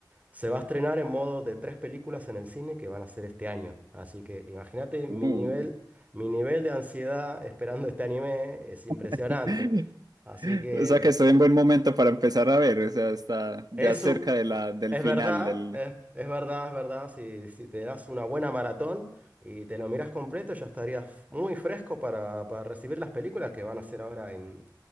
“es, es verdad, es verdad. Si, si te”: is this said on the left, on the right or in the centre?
Right